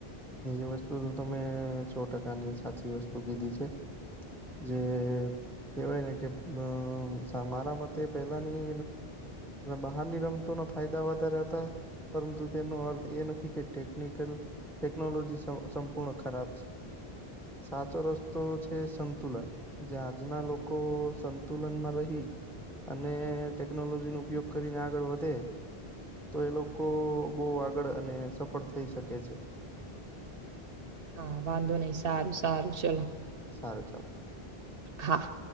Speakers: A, in the centre; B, on the right.
A: એ વસ્તુ તો તમે સો ટકાની સાચી વસ્તુ કીધી છે. જે કેવાય ને કે અ મારા મતે પેલા ની બહારની રમતો ના ફાયદા વધારે હતા. પરંતુ તેનો અર્થ એ નથી કે ટેકનિકલ ટેકનોલોજી સંપૂર્ણ ખરાબ છે સાચો રસ્તો છે સંતુલન. જે આજના લોકો સંતુલનમાં રહી અને ટેકનોલોજી નો ઉપયોગ કરીને આગળ વધે. તો એ લોકો બહુ આગળ અને સફળ થઈ શકે છે.
B: હા વાંધો નહી સારું સારું ચલો
A: સારું ચાલો
B: હા